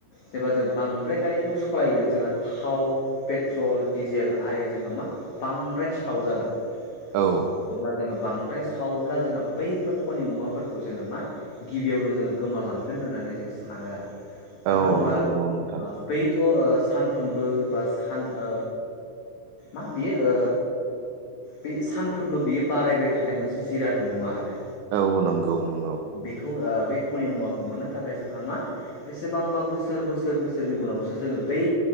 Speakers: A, on the left; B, on the right.
A: जेब्ला जों बांद्राय गारिखौ सलायगोन जोंहा थाव पेट्रल डिजेल आरिया जोंहा मा बांद्राय साव जागोन अब्ला
B: औ
A: जोङो बांद्राय सावोब्ला जोंहा बैफोर खनि मुवाफोरखौ जोङो मा गिबियावनो जोङो गोमालांगोन होननानै जों सानो आरो मानो
B: औ
A: होनोब्ला
B: नंगौ नोंथां
A: बैथ ओ सानफ्रोमबो बा सान ओ मा बियो ओ बे सानफ्रोमबो बियो बारायबाय थानाय मोनसे जिराद नङा आरो
B: औ नंगौ नंगौ
A: बेखौ बे खनि मुवाखौ मोननो थाखाय जोंहा मा बेसेबांबा बोसोर बोसोर बोसोरनि उनावसो जोङो बै